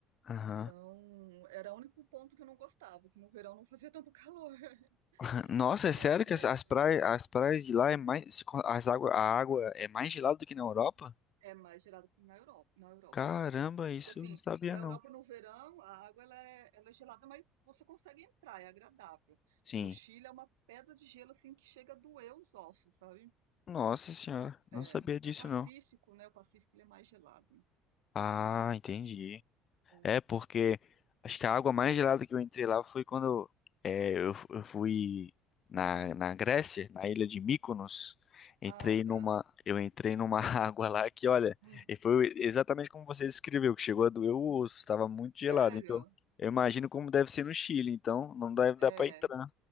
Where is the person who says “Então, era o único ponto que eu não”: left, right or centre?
Right